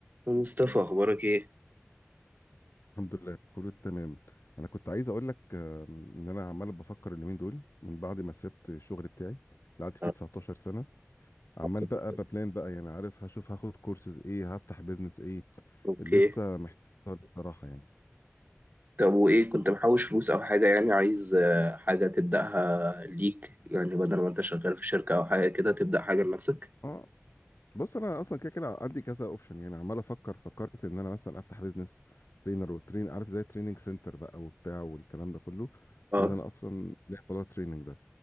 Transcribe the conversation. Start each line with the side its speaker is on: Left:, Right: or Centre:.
Right: مصطفى اخبارك ايه
Left: الحمد لله كله تمام انا كنت عايز اقول لك آم، ان انا عمال بفكر اليومين دول من بعد ما سبت الشغل بتاعي اللي قعدت فيه
Right: أنا
Left: 19 سنه عمال
Right: مبسوط
Left: بقى
Right: جداً.
Left: ببلان بقى يعني عارف هشوف هاخد كورسز ايه هفتح بيزنس ايه
Right: اوكي
Left: لسه محتار بصراحه يعني
Right: طب وايه كنت محوش فلوس او حاجه يعني عايز آه، حاجه تبداها ليك يعني بدل ما انت شغال في شركه او حاجه كده تبدا حاجه لنفسك
Left: اه بص انا اصلا كده كده عندي كذا اوبشن يعني عمال افكر فكرت ان انا مثلا افتح بيزنس ترينر وترين عارف زي تريننج سنتر بقى وبتاع والكلام ده كله
Right: اه
Left: لان انا اصلا ليا موضوع التريننج ده